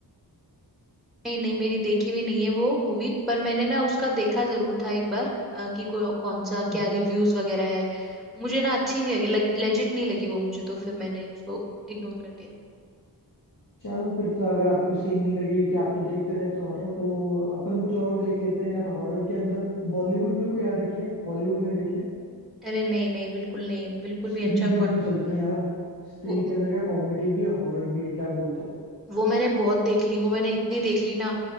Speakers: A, in the centre; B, on the left.
A: नहीं नहीं मेरी देखी भी नहीं है वो मूवी पर मैंने ना उसका देखा जरूर था एक बार अ, कि को, कौन सा क्या
B: हम्म
A: रिव्यूज वगैरह है मुझे ना अच्छी नहीं लगी लग, लेजिट नहीं लगी वो मुझे तो फिर मैंने उसको इग्नोर कर दिया
B: चलो फिर तो अगर आपको सही नहीं लगी क्योंकि आप तो देखते रहते हो हॉरर तो अपन कुछ और देख लेते हैं यार हॉरर के अंदर बॉलीवुड में कोई आ रखी है बॉलीवुड में देख ले
A: अरे नहीं नहीं बिल्कुल नहीं बिल्कुल
B: स्त्री
A: भी अच्छा
B: देखने चलते हैं यार स्त्री
A: कंटेंट
B: के अंदर क्या कॉमेडी भी है हॉरर भी है क्या बोलते हो
A: वो मैंने बहुत देख ली वो मैंने इतनी देख ली ना